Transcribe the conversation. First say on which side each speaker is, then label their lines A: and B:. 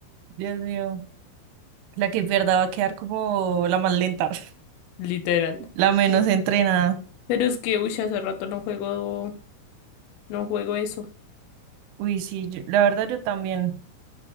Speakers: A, on the right; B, on the left.
A: Dios mío. La que pierda va a quedar como la más lenta, <laughs>
B: Literal.
A: la menos
B: No,
A: entrenada.
B: Pero es que, uy, hace rato no juego, no juego eso.
A: Uy, sí, yo- la verdad yo también.